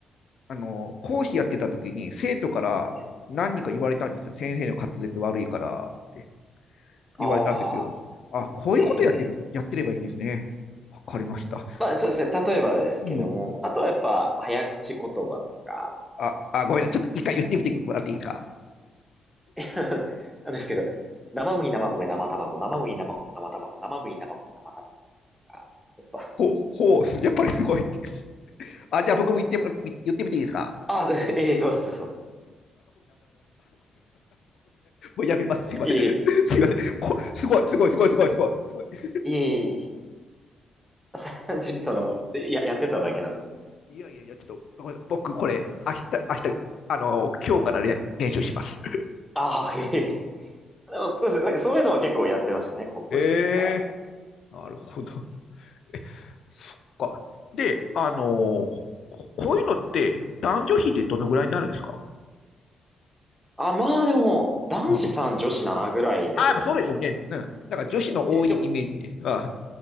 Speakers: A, on the left; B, in the centre.
A: あの、講師やってた時に生徒から何人か言われたんですよ。
B: え、
A: 先生の滑舌悪いからって言われたんですよ。
B: ああ、
A: あ、こういうことやってる、
B: ええ。
A: やってればいいんですね。わかりました。
B: まあそうですね。例えばですけども、
A: うん。
B: あとはやっぱ早口言葉とか、
A: あ、あ、ごめんなさい。ちょっと一回言ってみてもらっていいですか
B: <laughs> なんですけど、生麦、生米、生卵、生麦、生米、生卵、生麦、生米、生卵とか、やっぱ
A: ほう、ほう、やっぱりすごい。あ、じゃあ僕も言っても、言ってみていいですか
B: あ、ええどうぞどうぞ。
A: 生首生首、あ、ごめんなさい。もうやめます。すいません。
B: <laughs> いえ
A: すいません。こ、すごい、すごい、すごい、すごい、すごい。すごい
B: いえ、いえいえいえ、<laughs> それは単純にその、や、やってただけなので。
A: いやいやいや、ちょっと、ごめんなさい僕、これ、明日、明日、あの、今日から練、練習します。
B: ああ、いえいえ。でも、そうですね。なんかそういうのは結構やってましたね、高校時代は。
A: ええなるほど。え、か。で、あの、ここういうのって、男女比ってどのぐらいになるんですか
B: あ、まあでも、男子さん女子7ぐらいですかね。
A: うん。あ、やっぱそうですよね。うん。なんか女子の多いイメージで。
B: え、でも、
A: あ、